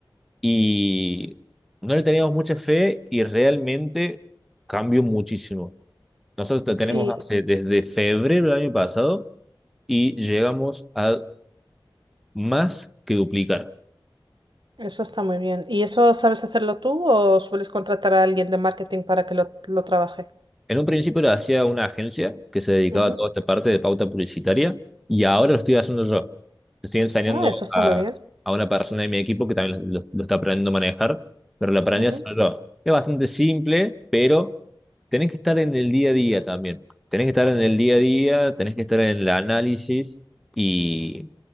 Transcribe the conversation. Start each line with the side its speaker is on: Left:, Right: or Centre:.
Centre: y no le teníamos mucha fe y realmente cambió muchísimo. Nosotros te- tenemos
Right: y
Centre: hace, desde febrero del año pasado y llegamos a más que duplicar.
Right: eso está muy bien. ¿Y eso sabes hacerlo tú o sueles contratar a alguien de marketing para que lo, lo trabaje?
Centre: En un principio lo hacía una agencia que se dedicaba
Right: Ujú.
Centre: a toda esta parte de pauta publicitaria y ahora lo estoy haciendo yo. Lo estoy enseñando
Right: Ah, eso está
Centre: a,
Right: muy bien.
Centre: a una persona de mi equipo que también lo, lo está aprendiendo a manejar, pero lo aprendí
Right: Ujú.
Centre: a hacer yo. Es bastante simple, pero tenés que estar en el día a día también. Tenés que estar en el día a día, tenés que estar en el análisis y